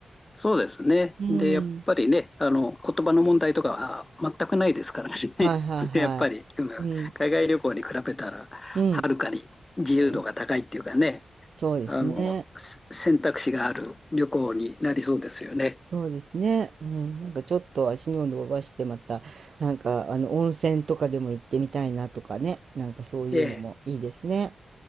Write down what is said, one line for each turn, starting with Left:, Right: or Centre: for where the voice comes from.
Left: そうですね。
Right: うん。
Left: で、やっぱりね、あの、言葉の問題とかは全くないですからね。<laughs>
Right: はいはいは
Left: それやっぱり、うん海外旅行に比べたら、
Right: い。うん、うん、
Left: はるかに自由度が高いっていうかね、
Right: うん。そうですね。
Left: あの、せ選択肢がある旅行になりそうですよね。
Right: そうですね。うん、なんかちょっと足の伸ばしてまた、なんかあの温泉とかでも行ってみたいなとかね。なんかそういうのもいいですね。
Left: ええ、